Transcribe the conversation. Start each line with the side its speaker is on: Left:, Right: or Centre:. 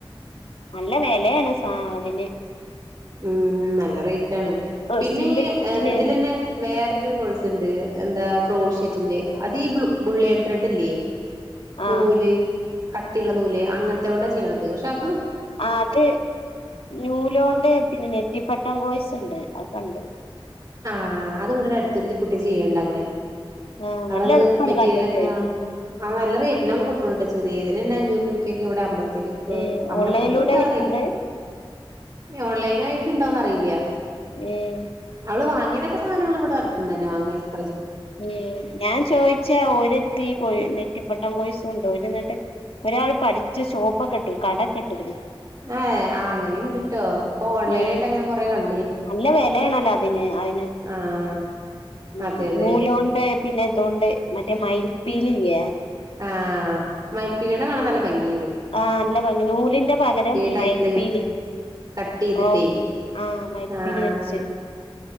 Left: നല്ല വെലയാണ് സ അതില്
Right: ഉം നല്ല റേയ് റ്റാണ്.
Left: ഡ്രസ്സിന്റെ
Right: പിന്നെ
Left: കിറ്റിന്
Right: ഇതിലന്നെ വേറൊരു കോഴ്സുണ്ട് എന്താ ബുൾഷിറ്റിന്റെ, അത് ഈ ബ്ലൂ ബുള്ളിയൻ
Left: ആഹ്
Right: ത്രഡില്ലേ
Left: ആഹ്
Right: നൂല്, കട്ടിയുള്ള നൂല് അങ്ങനത്തോണ്ടാ ചെയ്യണത്. പക്ഷെ അ
Left: ആഹ് അത് നൂലോണ്ട് പിന്നെ നെ റ്റിപട്ടം കോഴസുണ്ട്. അത് കണ്ട്
Right: ആഹ് അത് ഇവിടൊരു അടുത്തൊരു കുട്ടി ചെയ്യണ്ട് അങ്ങനെ
Left: ആഹ്
Right: അവളത്
Left: നല്ല എളുപ്പമാണ്
Right: മെറ്റീരിയലൊക്കെ
Left: കണ്ടിട്ട്
Right: വാങ്, ആഹ് നല്ല റേറ്റിനാ അവള് കൊടുക്കണട്ടോ ചെ ചെറിയതിനന്നെ അഞ്ഞൂറ് രൂപയ്ക്കൊക്കെ ഇവിടെ അമ്പ ത്തിക്കൊക്കെ,
Left: ഈ
Right: അമ്പലത്തിക്ക്
Left: ഓൺലൈനിലൂടെ
Right: കൊടുത്താ
Left: വിൽക്കണ്ട്
Right: അറിയില്ല. ഇനി ഓൺലൈൻ ആയിട്ട് ഇണ്ടോന്നറി ഇല്ല്യാ
Left: ഏഹ്
Right: അവള് വാങ്ങിയതൊക്കെ സാധങ്ങള് ഇവിടെ അടുത്തിന്നനെ വാങ്ങില് സ്
Left: ഹ്മ്മ്, ഞാൻ ചോയിച്ചാ ഒരുത്തി പോ നെറ്റിപ്പട്ടം കോഴിസ് ണ്ട്. ഓരിന്നട്ട് ഒരാള് പഠിച്ചു ഷോപ്പൊക്കെ ഇട്ട്ക്ക് കടക്കെ ഇട്ട്ക്ക്ന്.
Right: ആഹ്, അങ്ങനെയിണ്ട്ട്ടോ, ഇപ്പൊ ഓൺലൈൻ
Left: ഉം
Right: ആയിട്ട് അങ്ങനെ കൊറേ കൻ
Left: നല്ല വെലയാണല്ലേ അ പിന്നേ അയി
Right: ആഹ്
Left: ഉം
Right: അതെ അതെ
Left: നൂലോണ്ട് പിന്നെ ഇതോണ്ട് മറ്റേ മൈൽപ്പീലിയില്ല്യേ
Right: ആ മയിൽപ്പീലീടെ കാണാൻ നല്ല ഭംഗിയി
Left: ആ നല്ല ഭംഗി നൂലിന്റെ പകരം
Right: ടൈപ്പില്
Left: മയിൽപ്പീലി
Right: കിട്ട് കട്ട് ചെയ്തിട്ടേ
Left: പ്രൊ ആ മയിൽപ്പീലി
Right: ആഹ്
Left: വെച്ച്
Right: അങ്ങനെയൊക്കെ